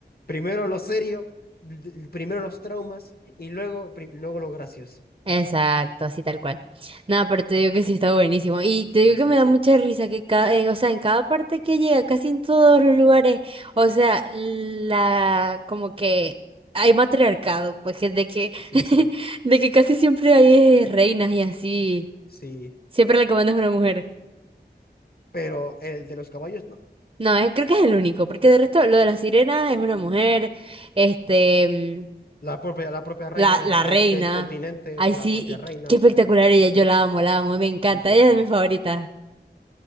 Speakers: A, on the left; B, on the right.
A: Primero lo serio, d- primero los traumas y luego, pri- luego lo gracioso.
B: Exacto, así tal cual. Nada, pero te digo que sí está buenísimo. Y te
A: Sí,
B: digo que
A: sí,
B: me da
A: sí.
B: mucha risa que cada, eh, o sea, en cada parte que llega, casi en todos los lugares, o sea, la, como que hay matriarcado, pues que de que,
A: Sí,
B: <laughs>
A: sí,
B: de que casi siempre hay eh, reinas y así.
A: sí.
B: Siempre la que manda es una mujer.
A: Pero el de los caballos no.
B: No, eh, creo que es el único, porque de resto lo de la sirena es una mujer, este.
A: La propia, la propia reina
B: La,
A: del,
B: la
A: del,
B: reina.
A: del continente
B: Ay,
A: es la
B: sí,
A: propia
B: y qué
A: reina.
B: qué espectacular ella. Yo la amo, la amo, me encanta.
A: Sí, sí,
B: Ella
A: sí.
B: es de mis favoritas.